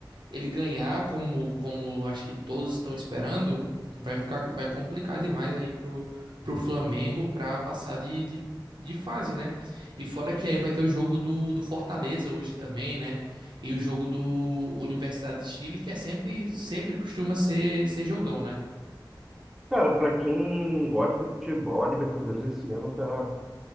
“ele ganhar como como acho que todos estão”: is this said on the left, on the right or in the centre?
Right